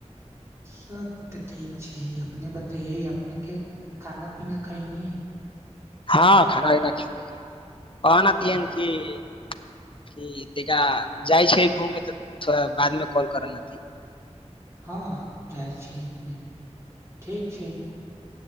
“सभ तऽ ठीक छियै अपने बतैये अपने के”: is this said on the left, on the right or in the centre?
Right